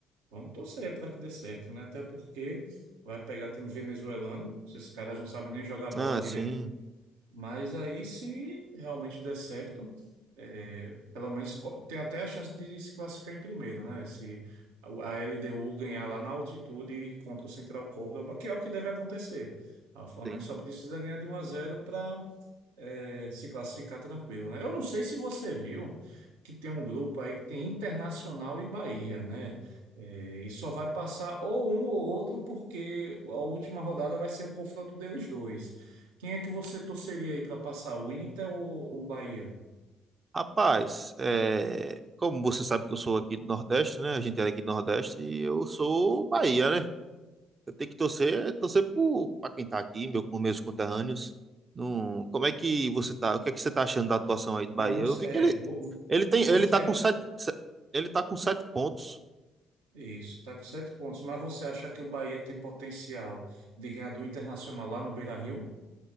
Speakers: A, on the right; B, on the right.
A: Vamos torcer para que dê certo, né? Até porque vai pegar time venezuelano, esses caras não sabem nem jogar bola
B: Ah, sim,
A: Mas aí, se realmente der certo, é, pelo menos co- tem até a chance de se classificar em primeiro, né? Se a a LDU ganhar lá na altitude contra o Central Córdoba, que é o que deve acontecer. Ah, O Flamengo
B: sim, sim.
A: só precisa ganhar de um a 0 é, se classificar tá tranquilo, né? Eu não sei se você viu que tem um grupo aí que tem Internacional e Bahia, né? É, e só vai passar ou um ou outro, porque a última rodada vai ser um confronto deles dois. Quem é que você torceria aí para passar, o Inter ou o Bahia?
B: Rapaz, é, como você sabe que eu sou aqui do Nordeste, né? A gente era aqui do Nordeste e eu sou Bahia, né? Eu tenho que torcer, torcer para quem tá aqui, meu, com meus conterrâneos. Não, como é que você tá? O que é que você tá achando da atuação aí do Bahia?
A: Mas você,
B: Eu vi
A: é,
B: que ele,
A: vo-
B: ele tem,
A: vo-
B: ele
A: você
B: tá com
A: acha.
B: sete, se- ele tá com sete pontos.
A: Isso, tá com sete pontos. Mas você acha que o Bahia tem potencial de ganhar do Internacional lá no Beira-Rio?